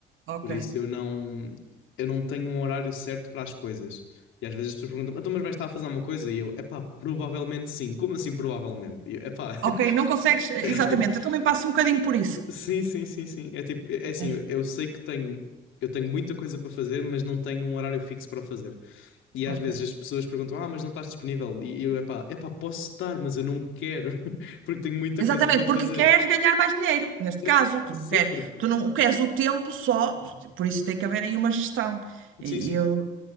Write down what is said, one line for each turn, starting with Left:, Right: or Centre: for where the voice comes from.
Right: Ok.
Left: Por isso eu não, eu não tenho um horário certo para as coisas. E às vezes as pessoas perguntam, então, mas vais estar a fazer alguma coisa? E eu, epá, provavelmente sim. Como assim provavelmente? E eu, epá,
Right: Ok, não consegues. Exatamente,
Left: <laughs>
Right: eu também passo um bocadinho por isso.
Left: sim, sim, sim, sim. É tipo, é é assim,
Right: Mesmo.
Left: eu, eu sei que tenho, eu tenho muita coisa para fazer, mas não tenho um horário fixo para fazer. E
Right: Ok.
Left: às vezes as pessoas perguntam, ah, mas não estás disponível? E eu, epá, epá, posso estar, mas eu não quero, <laughs> porque tenho muita
Right: Exatamente,
Left: coisa para fazer.
Right: porque queres ganhar mais dinheiro, neste
Left: Eh,
Right: caso. Tu
Left: Sim,
Right: não queres,
Left: porque,
Right: tu não queres o tempo só, por isso tem que haver aí uma gestão. e
Left: sim, sim.
Right: eu